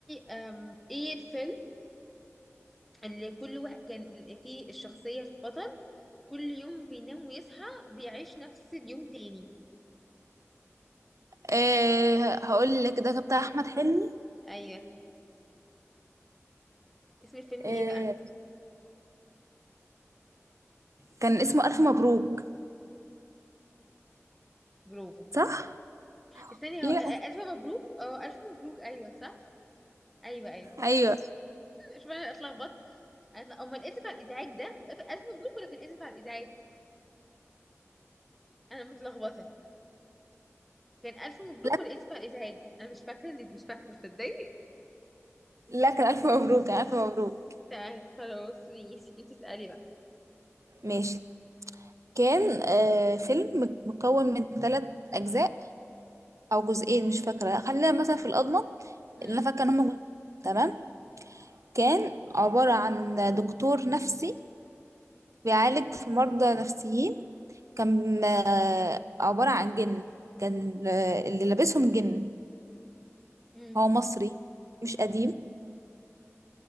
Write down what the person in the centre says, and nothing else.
آم... ايه الفيلم اللي كل واحد كان ال- فيه الشخصية البطل كل يوم بينام ويصحى بيعيش نفس اليوم تاني
ايوه اسم الفيلم
ايه بقى
برافو
استني
هو... آه، آه، ألف مبروك اه ألف مبروك ايوه صح ايوه ايوه
<laughs> مش انا اتلخبطت أتل- امال اسف على الازعاج ده ألف مبروك ولا كان اسف على الازعاج انا متلخبطة كان ألف مبروك
ولا اسف على الازعاج انا مش فاكرة اللي مش فاكرة تصدقي
تمام خلاص ماشي انت اسألي بقى
امم
مم.